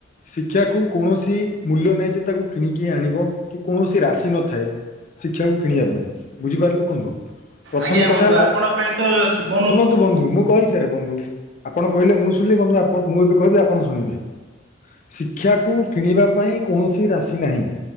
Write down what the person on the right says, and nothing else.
ଆଜ୍ଞା
ହୁନ୍ତୁ,
ଆପଣଙ୍କ ପାଇଁ ତ ଶୁଭ